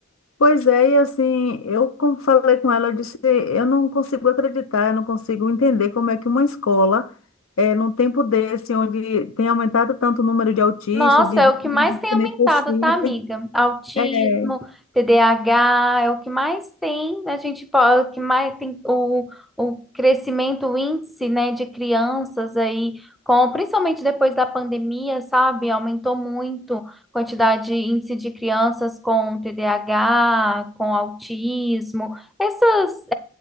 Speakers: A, on the left; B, in the centre.
A: Pois é, e assim, eu como falei com ela, eu disse, eu não consigo acreditar, eu não consigo entender como é que uma escola, eh, num tempo desse, onde tem aumentado tanto o número de autistas,
B: Nossa,
A: de,
B: é
A: de
B: o
A: crianças
B: que mais tem
A: que
B: aumentado,
A: necessitam,
B: tá, amiga? Autismo,
A: é,
B: TDAH, é o que mais tem, a gente pode, o que mais tem o, o crescimento, o índice, né, de crianças aí, com, principalmente depois da pandemia, sabe? Aumentou muito a quantidade, índice de crianças com TDAH, com autismo, esses